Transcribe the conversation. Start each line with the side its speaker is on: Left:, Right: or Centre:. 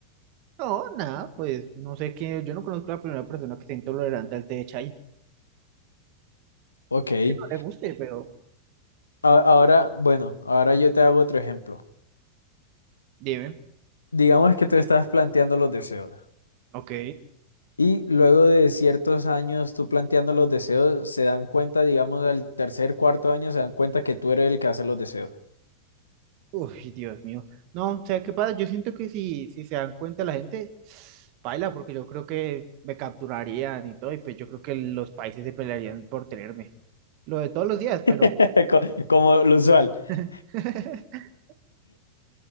Right: No, nada, pues no sé qué, yo no conozco a la primera persona que sea intolerante al té de chai.
Left: Ok. Y
Right: No le guste, pero
Left: a- ahora, bueno, ahora yo te hago otro ejemplo.
Right: dime.
Left: Digamos que tú estás planteando los deseos
Right: Ok.
Left: y luego de ciertos años tú planteando los deseos se dan cuenta, digamos, al tercer, cuarto año se dan cuenta que tú eres el que hace los deseos.
Right: Uy, Dios mío. No, o sea, ¿qué pasa? Yo siento que si, si se dan cuenta la gente, baila, porque yo creo que me capturarían y todo, y pues yo creo que los países se pelearían por tenerme. Lo de todos los días,
Left: <laughs>
Right: pero...
Left: Co- Como lo usual. <laughs>
Right: <laughs>